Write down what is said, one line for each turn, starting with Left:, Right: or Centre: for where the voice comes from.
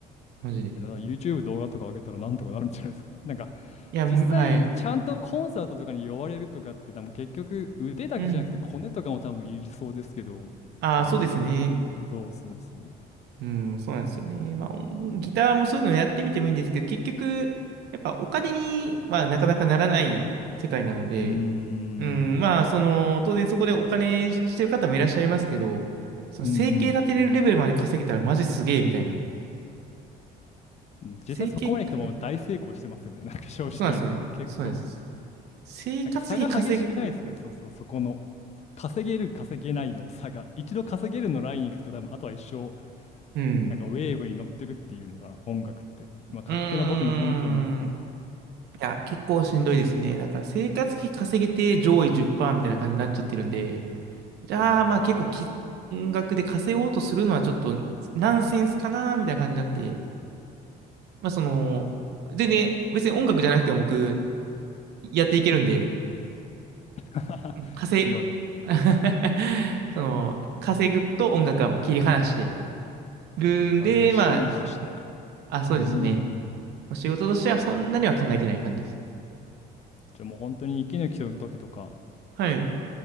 Right: マジで。い
Left: やだから YouTube 動画とか上げたらなんとかなるんじゃないですか。なんか
Right: や、むはい。
Left: 実際ちゃんとコンサートとかに呼ばれるとかって多分結局腕だけじゃなくてコネとかも多分いりそうですけど、
Right: うん。ああ、
Left: その趣味、
Right: そうですね。
Left: 日々そうそうそう。
Right: うん、そうなんですよね。まあ、音ギターもそういうのやってみてもいいんですけど、結局、やっぱお金にはなかなかならない世界なので、
Left: うーん。
Right: うん、まあ、その、当然そこでお金してる方もいらっしゃいますけど、その生計立てれるレベルまで稼げたらマジすげえみたいな。
Left: うんうん。
Right: 生計、
Left: 実際そこまで行くともう大成功してますよね。
Right: はい。
Left: なんか正直言って結構。
Right: そうなんですよね。そうなんです。生活費稼ぐ程度。
Left: なんか差が激しくないですかそうそう、そこの。稼げる、稼げないの差が。一度稼げるのライン行くと多分、あとは一生、
Right: うん。
Left: なんかウェーブに乗ってるっていうのかな、音楽って。
Right: うーん。
Left: まあ勝手な僕の偏見ですけど。
Right: いや、結構しんどいですね。だから生活費稼げて上位10%みたいな感じになっちゃってるんで、じゃあ、
Left: わ
Right: まあ結構き、音楽で稼ごうとするのはちょっとナンセンスかなみたいな感じになって、まあその、全然別に音楽じゃなくても僕やっていけるんで、
Left: あ、
Right: 稼い、
Left: <laughs> 強い。
Right: <laughs> その、稼ぐと音楽はもう切り離してるんで、
Left: もう完全に趣味として。
Right: まあそうですね。あ、そうですね。
Left: うーん。
Right: 仕事としてはそんなには考えてない感じです。
Left: じゃあもう本当に息抜きの時とか、
Right: はい。